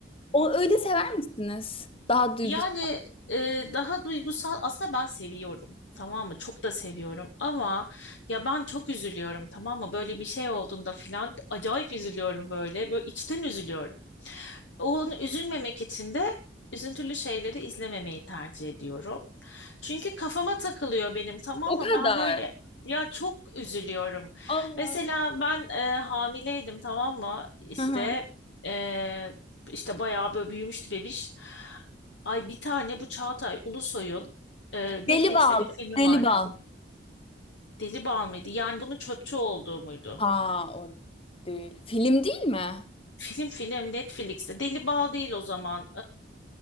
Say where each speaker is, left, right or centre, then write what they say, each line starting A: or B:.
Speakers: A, on the left (about 30°); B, on the left (about 80°).
A: O öyle sever misiniz? Daha duygusal.
B: Yani e, daha duygusal aslında ben seviyorum. Tamam mı? Çok da seviyorum ama ya ben çok üzülüyorum tamam mı? Böyle bir şey olduğunda filan acayip üzülüyorum böyle. Böyle içten üzülüyorum. Onu üzülmemek için de üzüntülü şeyleri izlememeyi tercih ediyorum. Çünkü kafama takılıyor benim tamam
A: O
B: mı?
A: kadar.
B: Ben böyle ya çok üzülüyorum.
A: Allah.
B: Mesela ben e, hamileydim tamam mı? İşte
A: Hı hı.
B: e, işte bayağı böyle büyümüştü bebiş. Ay bir tane bu Çağatay Ulusoy'un e, Netflix'te
A: Deli bal.
B: bir filmi
A: Deli
B: vardı.
A: bal.
B: Deli Bal mıydı? Yani bunun çöpçü olduğu muydu?
A: Ha o değil. Film değil mi?
B: Film film Netflix'te. Deli Bal değil o zaman.